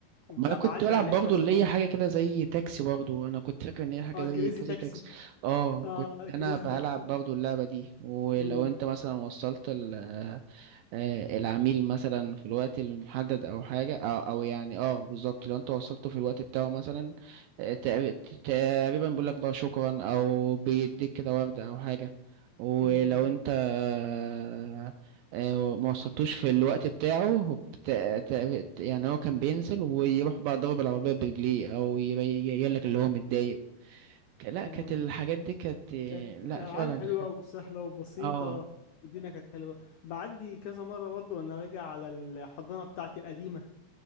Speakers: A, on the left; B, on the right.
A: وب-
B: ما انا
A: بعدي
B: كنت بلعب
A: عليها
B: برضه
A: كذا
B: اللي
A: مرة
B: هي حاجه كده زي تاكسي برضه انا كنت فاكر ان هي حاجه
A: اه
B: زي
A: كريزي
B: كذا
A: تاكسي
B: تاكسي اه
A: اه
B: كنت انا
A: كريزي
B: بلعب
A: تاكسي
B: برضه اللعبه دي ولو
A: امم
B: انت مثلا وصلت ال آه، العميل مثلا في الوقت المحدد او حاجه او او يعني اه بالظبط لو انت وصلته في الوقت بتاعه مثلا آه، تق- تقريبا بيقول لك بقى شكرا او بيديك كده ورده او حاجه ولو
A: امم
B: انت آه، آه، ما وصلتوش في الوقت بتاعه بت- تق- يعني هو كان بينزل ويروح بقى ضرب العربيه برجليه او يبين لك اللي هو متضايق لا
A: اه
B: كانت الحاجات دي كانت آه،
A: كانت
B: لا
A: ألعاب
B: فعلا
A: حلوة وسهلة وبسيطة
B: اه
A: والدنيا كانت حلوة بعدي كذا مرة برضو وأنا راجع على الحضانة بتاعتي القديمة